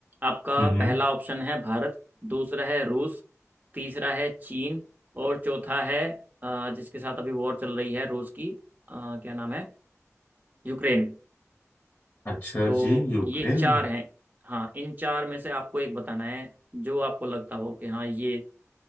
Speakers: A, on the right; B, on the left.
A: आपका
B: हम्म
A: पहला ऑप्शन है भारत दूसरा है रूस तीसरा है चीन और चौथा है अ, जिसके साथ अभी वॉर चल रही है रूस की अ, क्या नाम है यूक्रेन
B: अच्छा
A: तो
B: जी यूक्रेन
A: ये चार हैं हाँ इन चार में से आपको एक बताना है जो आपको लगता हो कि हाँ ये